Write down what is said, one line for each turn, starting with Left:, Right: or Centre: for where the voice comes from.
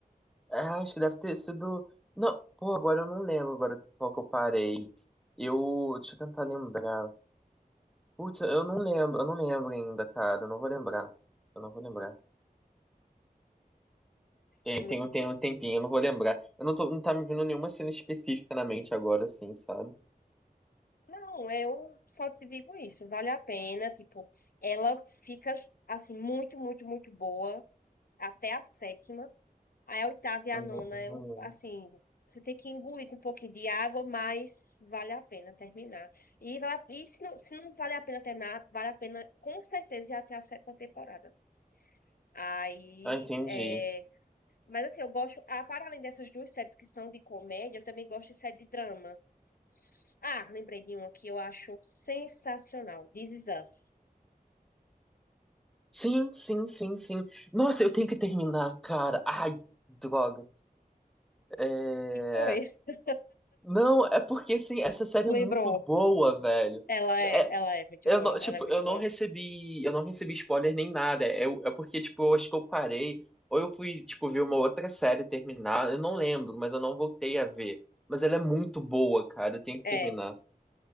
Centre: Ah, acho que deve ter sido. Não, pô, agora eu não lembro agora qual que eu parei. Eu. Deixa eu tentar lembrar. Putz, eu não lembro, eu não lembro ainda, cara. Eu não vou lembrar. Eu não vou lembrar. Tem,
Left: É muito
Centre: tem, um-
Left: boa.
Centre: tem um tempinho, eu não vou lembrar. Eu não tô, não tá me vindo nenhuma cena específica na mente agora, assim, sabe?
Left: Não, eu só te digo isso, vale a pena, tipo, ela fica assim muito, muito, muito boa até a sétima. Aí a oitava e a
Centre: Hum,
Left: nona é um, assim, você tem que engolir com um pouquinho de água, mas vale a pena terminar. E, vale a- e se não, se não vale a pena terminar, vale a pena com certeza ir até a sétima temporada. Aí,
Centre: ah, entendi.
Left: é... mas assim, eu gosto, ah, para além dessas duas séries que são de comédia, eu também gosto de série de drama. Ah, lembrei de uma que eu acho sensacional. This Is Us.
Centre: Sim, sim, sim, sim. Nossa, eu tenho que terminar, cara. Ai, droga. É...
Left: Que foi. <laughs>
Centre: Não, é porque, assim, essa série
Left: Lembrou.
Centre: é muito boa, velho.
Left: Ela é,
Centre: É,
Left: ela é muito
Centre: Eu
Left: boa,
Centre: não, tipo,
Left: ela é muito
Centre: eu não
Left: boa.
Centre: recebi, eu não recebi spoiler nem nada. É, é porque, tipo, eu acho que eu parei, ou eu fui, tipo, ver uma outra série terminar, eu não lembro, mas eu não voltei a ver. Mas ela é muito boa, cara, eu tenho que
Left: É,
Centre: terminar.